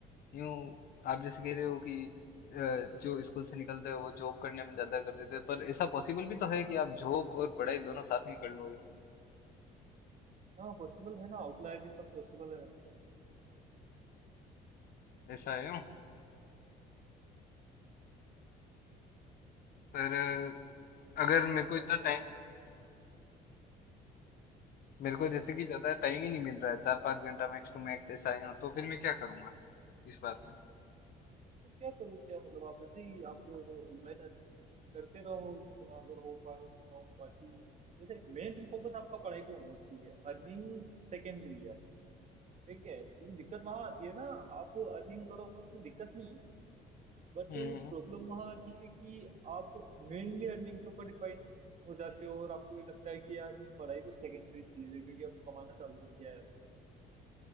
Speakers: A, on the left; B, on the right.
A: यूं आप जैसे कह रहे हो कि अ, जो स्कूल से निकलते हो वो जॉब करने में ज्यादा कर देते हो पर ऐसा पॉसिबल भी तो है कि आप जॉब और पढ़ाई दोनों साथ में कर लो यूं
B: हाँ पॉसिबल है ना आउटलायर के साथ पॉसिबल है
A: ऐसा है यूं पर अ, अगर
B: और,
A: मेरे को इतना टाइम मेरे को
B: हाँ
A: जैसे कि ज्यादा टाइम ही नहीं मिल रहा है चार पांच घंटा मैक्स टू मैक्स ऐसा है यूं तो फिर मैं क्या करूंगा इस बात में
B: तो क्या करूँ क्या मतलब आप ऐसे ही आपको ऑनलाइन अर्निंग करते रहो जितना अगर हो पाए उतना हो बाकी जैसे मेन फोकस आपका पढ़ाई पे होना चाहिए अर्निंग सेकेंडरी है ठीक है क्योंकि दिक्कत वहां आती है ना आप अर्निंग करो उसमें दिक्कत नहीं है बट
A: हम्म
B: प्रॉब्लम वहां आती है कि आप मेनली अर्निंग के ऊपर डिपेंड हो जाते हो और आपको ये लगता है कि यार नहीं पढ़ाई तो सेकेंडरी चीज है क्योंकि आप कमाना चालू कर दिया है